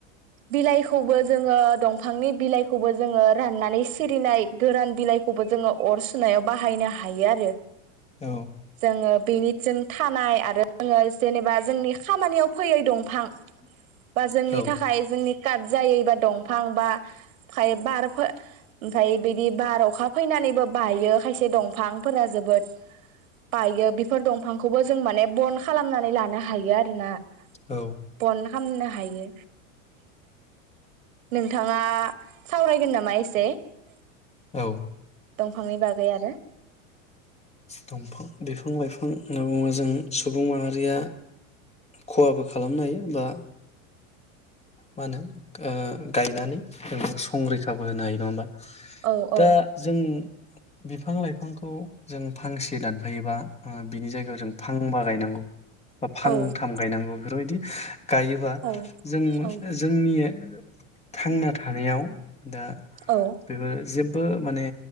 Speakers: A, on the right; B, on the left.
A: बिलाइखौबो जोङो दंफांनि बिलाइखौबो जोङो राननानै सिरिनाय गोरान बिलाइखौबो जोङो अर सुनायाव बाहायनो हायो आरो। <inaudible>
B: औ
A: जोंङो बेनि जों थानाय आरो आङो जेनेबा जोंनि खामानियाव फैयै दं फां बा जोंनि
B: औ
A: थाखाय जोंनि काट जायै एबा दंफां बा फाय बार ओमफ्राय बिदि बार अखा फैनानैबो बायो खायसे दंफांफोरा जोबोद बायो बेफोर दंफांखौबो जों माने बन खालामनानै लानो हायो आरोना <inaudible>
B: औ
A: बन खामनो हायो नोंथाङा सावरायगोन नामा एसे? <inaudible>
B: औ
A: दंफांनि बागै आरो
B: दंफां बिफां लाइफां होनना बुङो जों सुबुं माहारिया खहाबो खालामनो हायो बा मा होनो ओ गायनानै जों बेखौ संरैखाबो होनो हायो नङा होमबा
A: औ औ
B: दा जों बिफां लाइफांखौ जों फांसे दानफायोबा बिनि जायगायाव जों फांबा गायनांगौ। बा फांथाम
A: औ
B: गायनांगौ बेफोरबायदि बिदि <unintelligible> गायोबा
A: औ
B: जों
A: औ
B: नियो थांना थानायाव दा
A: औ
B: बेबो जेब बो माने